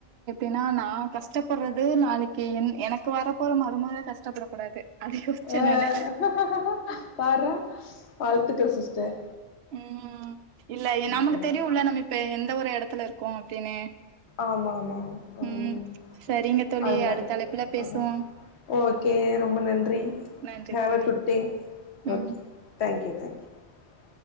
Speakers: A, on the right; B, on the left.
A: எனா நா கஷ்டப்பறது நாளைக்கு என் எனக்கு வர போற மறுமக கஷ்டப்பட கூடாது அத யோசிச்சே
B: ஆஹ்
A: நானு
B: பார்றா வாழ்த்துக்கள் சிஸ்டர்
A: உம் இல்ல
B: ஓகே
A: நமக்கு
B: ஓகே.
A: தெரியுல்ல நம்ம இப்ப எந்த ஒரு எடத்துல இருக்கோ அப்டின்னு
B: ஆமா ஆமா ஆமா. ம்
A: உம் சரிங்க தோழி
B: அது மாரி.
A: அடுத்த அழைப்புல பேசுவோ
B: ஆ ஓகே ரொம்ப நன்றி
A: நன்றி
B: ஹாவ
A: தோழி
B: குட்டே
A: ம்
B: okay thank you thank you